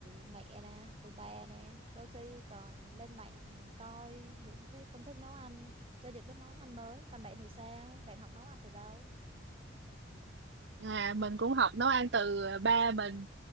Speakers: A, on the right; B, on the right.
A: mẹ nè từ ba nè đôi khi còn lên mạng coi những cái công thức nấu ăn cho những cái món ăn mới còn bạn thì sao bạn học nấu ăn từ đâu
B: à mình cũng học nấu ăn từ ba mình